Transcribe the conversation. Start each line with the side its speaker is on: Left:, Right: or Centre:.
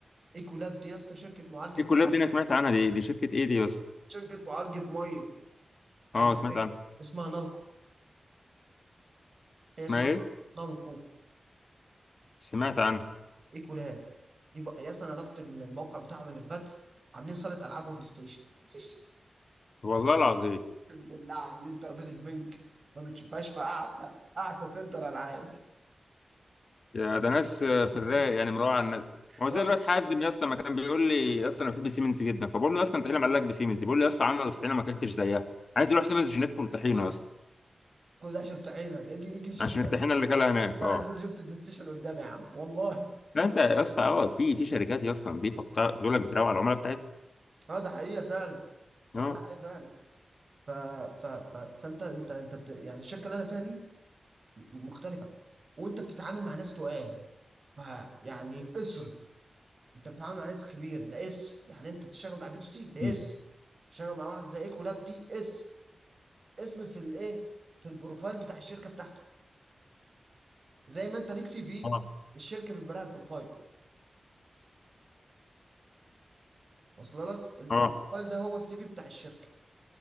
Right: ايكولاب دي يا اسطى شركه معالجه
Left: في كلاب دي انا سمعت عنها دي دي شركه ايه دي يا اسطى
Right: شركة معالجة مية أجنبية
Left: اه سمعت عنها
Right: اسمها نالكو هي
Left: اسمها
Right: اسمها
Left: ايه
Right: نالكو
Left: سمعت عنها
Right: إيكولاب يبقى يا أنا رحت الموقع بتاعهم اللي في بدر عاملين صالة ألعاب وبلاي ستيشن <laughs>
Left: والله العظيم
Right: اقسم بالله عاملين ترابيزة بنك ما بتشوفهاش في قعدة قعدة سنتر ألعاب
Left: يا ده ناس آه، في الرايق يعني مروعه على الناس
Right: <laughs> خالص
Left: هو زي الواد حازم يا اسطى ما كان بيقول لي يا اسطى انا بحب سيمنز جدا فبقول له يا اسطى انت ايه اللي معلقك بسيمنز بيقول لي يا اسطى عملوا طحينه ما اكلتش زيها عايز يروح سيمنز عشان ياكل طحينه يا اسطى
Right: كل ده شط عينه يجي يجي يشوف
Left: عشان
Right: ده
Left: الطحينه
Right: يشوف.
Left: اللي كلها هناك
Right: والله
Left: اه
Right: العظيم أنا شفت بلاي ستيشن قدامي يا عم والله
Left: لا انت يا اسطى اه في في شركات يا اسطى نظيفه بتاع- بتقول لك بتروق على العملاء بتاعتها
Right: اه ده حقيقة فعلا والله
Left: اه
Right: حقيقة فعلا ف... ف... ف... فأنت أنت أنت بت... يعني الشركة اللي أنا فيها دي مختلفة وانت بتتعامل مع ناس تقال فيعني اصرف انت بتتعامل مع ناس كبيره ده اسم يعني انت تشتغل مع بيبسي ده
Left: مم.
Right: اسم تشتغل مع واحد زي ايكولاب دي اسم اسم في الايه في البروفايل بتاع الشركه بتاعتك زي ما انت ليك سي في
Left: اه
Right: الشركه بيبقى لها بروفايل واصل لك ال-
Left: اه
Right: البروفايل ده هو السي في بتاع الشركه